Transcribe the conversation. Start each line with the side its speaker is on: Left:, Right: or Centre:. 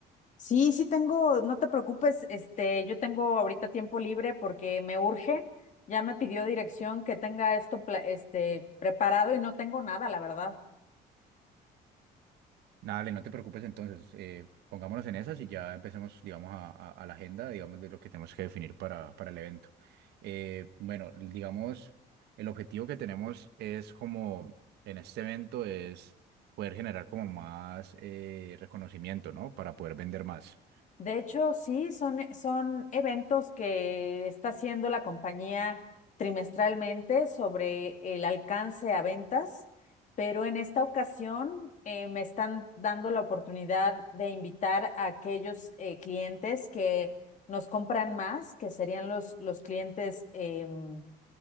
Left: Sí, sí tengo, no te preocupes, este, yo tengo ahorita tiempo libre porque me urge. Ya me pidió dirección que tenga esto, pla- este, preparado y no tengo nada, la verdad.
Right: Dale, no te preocupes entonces. eh, pongámonos en esas y ya empecemos, digamos, a, a- a la agenda, digamos, de lo que tenemos que definir para, para el evento. Eh, bueno, digamos, el objetivo que tenemos es como en este evento es poder generar como más eh, reconocimiento, ¿no? Para poder vender más.
Left: De hecho, sí, son, eh, son eventos que está haciendo la compañía trimestralmente sobre el alcance a ventas, pero en esta ocasión eh, me están dando la oportunidad de invitar a aquellos eh, clientes que nos compran más, que serían los, los clientes em,